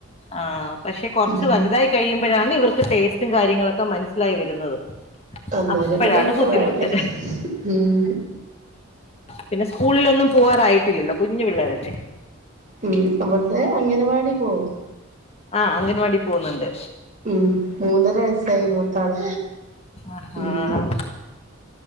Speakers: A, on the left; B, on the right.
A: ആഹ് പക്ഷെ കുറച്ച്
B: ഉം
A: വലുതായി കഴിയുമ്പോഴാണ് ഇവർക്ക് ടേസ്റ്റും കാര്യങ്ങളൊക്കെ മനസ്സിലായി വരുന്നത്
B: അന്നേരം
A: അപ്പഴാണ്
B: പിന്നെ ഒക്കെ
A: ബുദ്ധിമുട്ട്
B: വേണ്ടേ ഉം
A: പിന്നെ സ്കൂളിലൊന്നും പോവാറായിട്ടില്ലല്ലോ കുഞ് പിള്ളേരല്ലേ
B: ഉം അവള് ത്തെ അങ്ങനാ വാടി പോവും
A: ആഹ് അംഗൻവാടി പോകുന്നുണ്ട്
B: ഉം മൂന്നര വയസ്സായി മൂത്താള്
A: ആഹ്
B: ഉം
A: ആഹ്